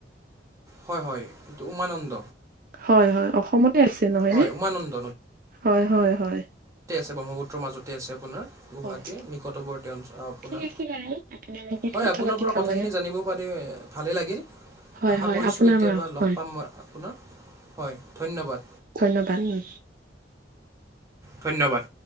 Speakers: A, on the right (about 15°); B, on the right (about 50°).
A: হয় হয় এইটো উমানন্দ।
B: হয় হয় অসমতে আছে নহয়
A: হয়
B: নে
A: উমানন্দ
B: হয় হয় হয়।
A: ব্ৰহ্মপুত্ৰ মাজতে আছে আপোনাৰ। গুৱাহীৰ
B: হয় হয়
A: নিকতৱৰ্তী অঞ্চ আপোনাৰ
B: ঠিক আছে বাৰু আপোনাৰ লগত
A: হয়
B: কথা
A: আপোনাৰ
B: পাতি
A: পৰা
B: ভাল
A: কথাখিনি
B: লাগিল।
A: জানিব পাৰি ভালেই লাগিল
B: হয়
A: আশা
B: হয়
A: কৰিছোঁ
B: আপোনাৰ
A: কেতিয়াবা
B: পৰা
A: লগ
B: হয়
A: পাম মই আপোনাক। হয় ধন্যবাদ।
B: ধন্যবাদ উম।
A: ধন্যবাদ।